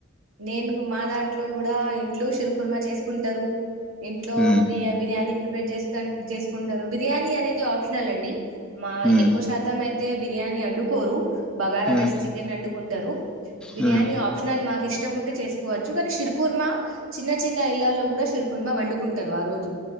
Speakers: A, on the right (about 80°); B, in the centre.
A: నేను గు. మా దాంట్లో గూడా ఇంట్లో షీర్ ఖుర్మా చేసుకుంటారు. ఇంట్లో
B: మ్
A: బ్రియా, బిర్యానీ ప్రిపేర్ జేస్తాన్, జేసుకుంటారు. బిర్యానీ అనేది ఆప్షనల్ అండి. మా
B: మ్
A: ఎక్కువ శాతం అయితే, బిర్యానీ వోన్డుకోరు బగారా
B: మ్
A: రైస్ చికెన్ వోన్డుకుంటారు. బిర్యానీ
B: మ్
A: ఆప్షనల్ మాకు ఇష్టం ఉంటే చేసుకోవచ్చు, కానీ షీర్ ఖుర్మా. చిన్న చిన్న ఇళ్లాల్లో కూడా షీర్ ఖుర్మా వండుకుంటారు ఆ రోజు.